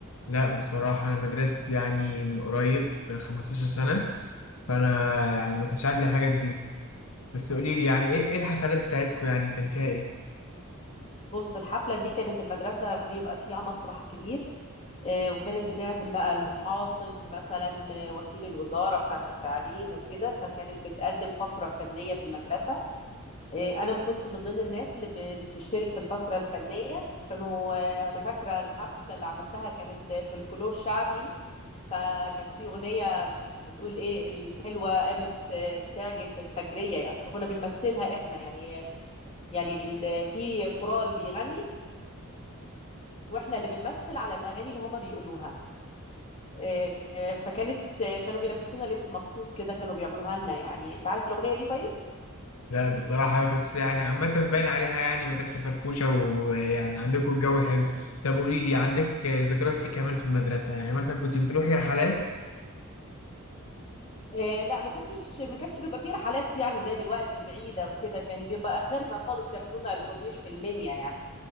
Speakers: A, on the left (about 75°); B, on the left (about 30°).
A: لا بصراحة أنا مدرستي يعني من قريب من 15 سنة فأنا يعني ما كانش عندي الحاجات دي بس قولي لي يعني إيه إيه الحفلات بتاعتكم يعني كان فيها إيه؟
B: بص الحفله دي كانت المدرسه بيبقى فيها مسرح كبير آه، وكانت بتعزم بقى المحافظ مثلا آه، وكيل الوزارة بتاعة التعليم وكده فكانت بتقدم فقرة فنية في المدرسة آه، أنا كنت من ضمن الناس اللي بتشترك في الفقرة الفنية كانوا آه، أنا فاكرة الحفلة اللي عملتها كانت آه، فولكلور شعبي فكان في أغنية بتقول إيه الحلوة قامت آه، تعجن في الفجرية يعني فكنا بنمثلها إحنا يعني يعني ال- في كورال بيغني وإحنا اللي بنمثل على الأغاني اللي هما بيقولوها آه، آه، فكانت آه، كانوا بيلبسونا لبس مخصوص كده كانوا بيعملوها لنا يعني انت عارف الاغنيه دي طيب
A: لا بصراحة بس يعني عامة باين عليها يعني مدرسة فرفوشة ويعني عندكم الجو حلو طب قولي لي عندك ذكريات إيه كمان في المدرسة؟ يعني مثلا كنت بتروحي رحلات؟
B: آه، لا ما كنتش ما كانش بيبقى فيه رحلات يعني زي دلوقتي بعيده وكده كان بيبقى اخرنا خالص ياخدونا الكورنيش في المنيا يعني